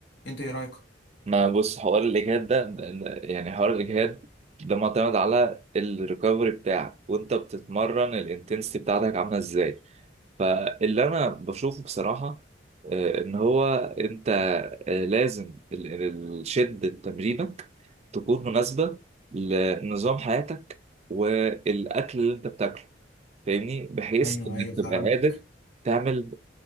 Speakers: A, on the left; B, on the right.
A: انت ايه رايك
B: ما بص حوار الاجهاد ده ده- ده- يعني حوار الاجهاد ده معتمد على الريكفري بتاعك وانت بتتمرن الانتنسيتي بتاعتك عامله ازاي فاللي انا بشوفه بصراحه آه، ان هو انت آه، لازم ال- ال- شده تمرينك تكون مناسبه لنظام حياتك والاكل اللي انت بتاكله فاهمني بحيث
A: ايوه
B: انك
A: ايوه
B: تبقى
A: فهمتك
B: قادر تعمل